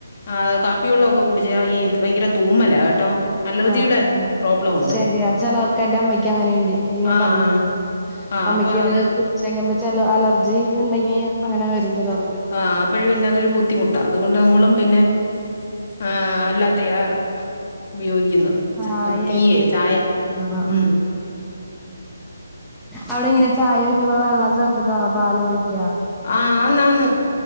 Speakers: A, on the left; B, in the centre.
A: ആ കാപ്പിവെള്ളമൊക്കെ കുടിച്ചാ ഈ ഭയങ്കര തുമ്മല കേട്ടോ അലർജിയുടെ
B: ആഹ് ആഹ്
A: പ്രോബ്ലം ഉണ്ട്
B: ശരിയാ ചിലവർക്ക് എന്റെ അമ്മയ്ക്ക് അങ്ങനെയുണ്ട് ഞാൻ
A: ആഹ്
B: പറഞ്ഞ
A: ആഹ് ആഹ്
B: അമ്മയ്ക്ക്
A: അപ്പൊ
B: ഇത്
A: അത്
B: കുച്ചങ്ങ ചില അലർജി ഉണ്ടെങ്കി അങ്ങനെ വരും ചിലർക്ക്
A: ആ ആപ്പിൾ പിന്നെതൊരു ബുദ്ധിമുട്ടാ അതുകൊണ്ട് നമ്മളും പിന്നെ ആ അല്ലാത്തെയാ ഉപയോഗി ക്കുന്നതെ
B: ചായ
A: ടീയേ
B: ആയിരിക്കല്ലേ
A: ചായ
B: കുടിക്കുന്നത്
A: ഉ
B: ഉം അവിടെ ഇങ്ങനെ ചായ വെക്കുമ്പോ വെള്ളം ചേർത്തിട്ടാണോ പാലൊഴിക്യാ
A: ആ ആന്നാന്ന